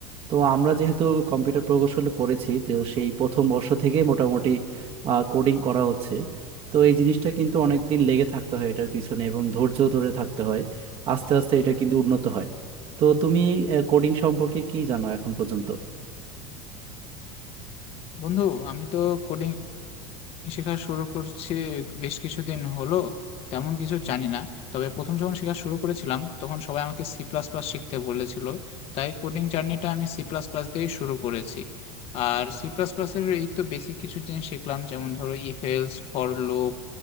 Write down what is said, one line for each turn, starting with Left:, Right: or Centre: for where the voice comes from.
Right: তো আমরা যেহেতু কম্পিউটার প্রকৌশলে পড়েছি তো সেই প্রথম বর্ষ থেকে মোটামুটি কোডিং করা হচ্ছে তো এই জিনিসটা কিন্তু অনেক দিন লেগে থাকতে হয় এটার পিছনে এবং ধৈর্য ধরে থাকতে হয় আস্তে আস্তে এটা কিন্তু উন্নত হয় তো তুমি কোডিং সম্পর্কে কি জানো এখন পর্যন্ত
Left: বন্ধু আমি তো কোডিং শেখা শুরু করছি বেশ কিছুদিন হলো তেমন কিছু জানি না তবে প্রথম যখন শেখা শুরু করেছিলাম তখন সবাই আমাকে সি প্লাস প্লাস শিখতে বলেছিল তাই কোডিং জার্নিটা আমি সি প্লাস প্লাস দিয়ে শুরু করেছি আর সি প্লাস প্লাস এর এই তো বেসিক কিছু জিনিস শিখলাম যেমন ধরো if else for loop